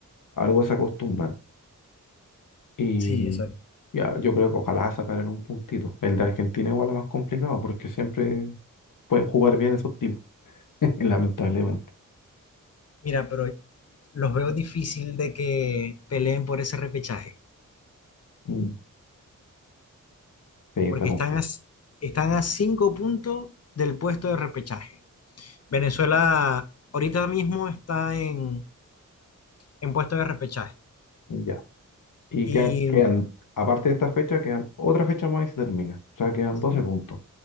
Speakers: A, on the left; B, on the left.
A: algo se acostumbran. Y
B: sí, exacto.
A: ya, yo creo que ojalá sacaran un puntito. El de Argentina igual es más complicado porque siempre pueden jugar bien esos tipos, <laughs> lamentablemente.
B: Mira, pero los veo difícil de que peleen por ese repechaje,
A: Mm, Sí, está
B: porque
A: complicado.
B: están a, están a cinco puntos del puesto de repechaje. Venezuela ahorita mismo está en, en puesto de repechaje.
A: Ya. Y
B: Y
A: quedan, quedan, aparte de esta fecha, quedan otra fecha más y se termina. O sea, quedan
B: sí,
A: 12 puntos.